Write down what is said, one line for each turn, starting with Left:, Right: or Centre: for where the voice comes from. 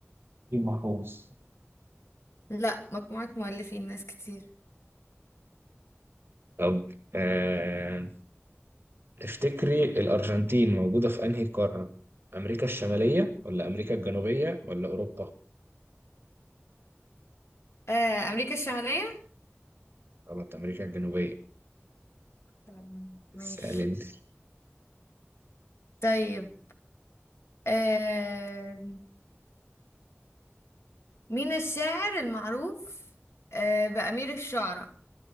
Right: نجيب محفوظ
Left: لا مجموعة مؤلفين ناس كتير
Right: طب آه... افتكري الأرجنتين موجودة في أنهي قارة أمريكا الشمالية ولا أمريكا الجنوبية ولا أوروبا
Left: آه أمريكا الشمالية
Right: طبعا أمريكا الجنوبية
Left: طبعاً، ماشي
Right: اسألي انت
Left: طيب آه مين الشاعر المعروف آه، بأمير الشعراء